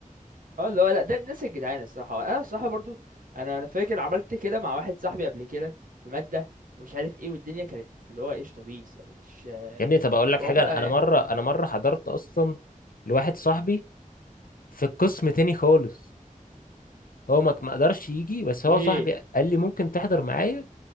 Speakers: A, on the right; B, on the left.
A: اه اللي هو لا ده الناس الجدعان الصراحه انا الصراحه برضو انا انا فاكر عملت كده مع واحد صاحبي قبل كده في ماده ومش عارف ايه والدنيا كانت اللي هو ايش طبيس يعني مش آه،
B: يا ابني طب اقول لك
A: هما
B: حاجه انا أنا مره
A: آه،
B: انا مره حضرت اصلا لواحد صاحبي في القسم تاني خالص هو ما ما قدرش يجي بس
A: ايه
B: هو صاحبي قال لي ممكن تحضر معايا